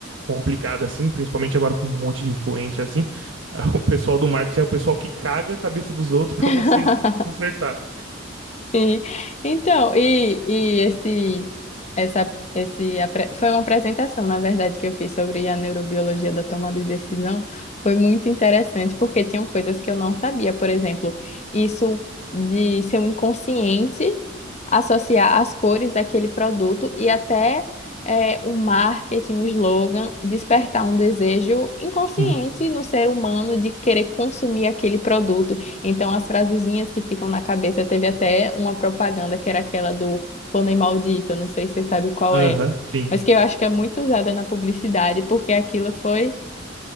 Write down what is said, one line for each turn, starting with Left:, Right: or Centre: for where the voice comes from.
Right: complicada, assim, principalmente agora com um monte de influencer, assim, <laughs> o pessoal do marketing é o pessoal que caga a cabeça dos outros
Left: <laughs>
Right: pra vocês consertar.
Left: Sim. Então, e, e esse, essa, esse, apre- foi uma apresentação, na verdade, que eu fiz sobre a neurobiologia da tomada de decisão. Foi muito interessante, porque tinham coisas que eu não sabia. Por exemplo, isso de seu inconsciente associar as cores daquele produto e até é, um marketing, um slogan, despertar um desejo inconsciente
Right: Sim,
Left: no ser humano de querer consumir aquele produto. Então, as frasezinhas que ficam na cabeça, teve até uma propaganda que era aquela do pônei maldito, não sei se você sabe qual
Right: aham,
Left: é,
Right: sim.
Left: mas que eu acho que é muito usada na publicidade, porque aquilo foi